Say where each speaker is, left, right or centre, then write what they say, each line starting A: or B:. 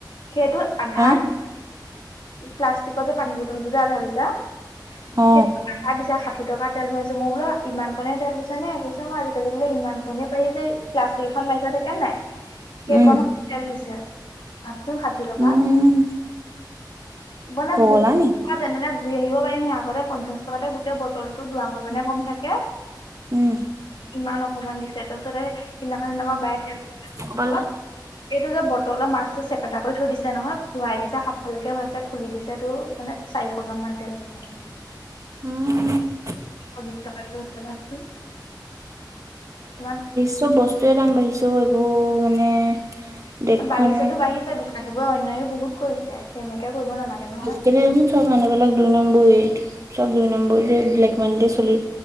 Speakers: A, on the left; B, on the right.
A: সেইটো আধাত,
B: হা
A: প্লাষ্টিকৰ যে পানী বটলবোৰ যে আধা লিটাৰ।
B: অ
A: <unintelligible> <unintelligible> দিছে ষাঠি টকা তেল ভৰাইছো, মই বোলো ইমানকণে তেল দিছে নে, কৈছে মই আজিকালি বোলে ইমানকণে পাৰি যে প্লাষ্টিক এখন মাৰি থোৱা থাকেনে নাই, সেইকণত
B: উম
A: তেল দিছে ভাবচোন ষাঠি টকাত।
B: উম
A: মানে
B: পগলা
A: <unintelligible> পৰা
B: নি
A: যেনে তেনে ঘূৰি আহিব পাৰিমহে, আগতে পঞ্চাশ টকাতে গোটেই বটলটো দুআঙুলমানহে কম থাকে।
B: উম।
A: ইমান অকমান দিছে তাৰপিছতে সেইদিনাখন <unintelligible> দিমাৰ বায় তেল।
B: ক'বালে
A: এইটো যে বটলৰ মাছতটো চেপেটা কৰি থৈ দিছে নহয় ভুৰাই দিছে সাফকলকে হৈ আছে খুলি দিছে তোৰ। মানে চাৰিশ গ্ৰাম মান তেল বোলে
B: উম।
A: সবিষ্ট কাৰ্যোন ইমান <unintelligible>
B: ছো বস্তু <unintelligible> কি দাম বাঢ়িছে ও এইবোৰ মানে। দেশখনত
A: বাঢ়িছেতো বাঢ়িছে দোকানীবোৰে অন্যায়ো বহুত কৰিছে সেনেকে কৰিব নালাগে নহয়।
B: তেতিয়া চোন চব মানুহবিলাক দুই নম্বৰী চব দুই নম্বৰী যে ব্লেক মানিতে চলি